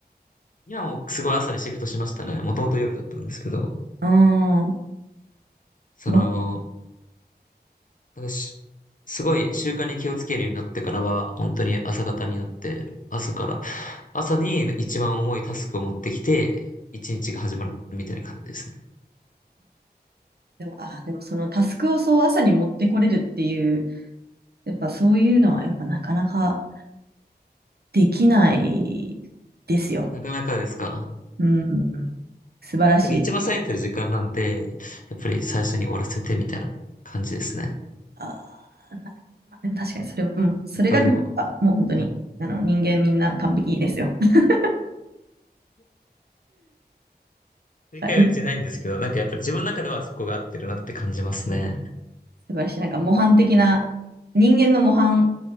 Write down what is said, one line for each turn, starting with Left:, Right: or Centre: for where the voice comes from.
Left: 今もうすごい朝にシフトしましたね。もともと夜だったんですけど。
Right: うーん。
Left: その、
Right: ま
Left: なんかしすごい習慣に気をつけるようになってからは、本当に朝方になって、朝から、朝に一番重いタスクを持ってきて、一日が始まるみたいな感じですね。
Right: でも、あ、でもそのタスクをそう朝に持ってこれるっていう、やっぱそういうのはやっぱなかなかできないですよ。
Left: なかなかですか。
Right: うん、素晴らしい。
Left: なんか一番冴えてる時間なんで、やっぱり最初に終わらせてみたいな感じですね。
Right: あー、まあでも確かにそれ、うん、それができればもう本当にあの人間みんな完璧ですよ。
Left: やっぱりでも、はい
Right: <laughs>
Left: 正解は別にないんですけど、
Right: はい
Left: なんかやっぱり自分の中ではそこが合ってるなって感じますね。
Right: 素晴らしい。なんか模範的な、人間の模範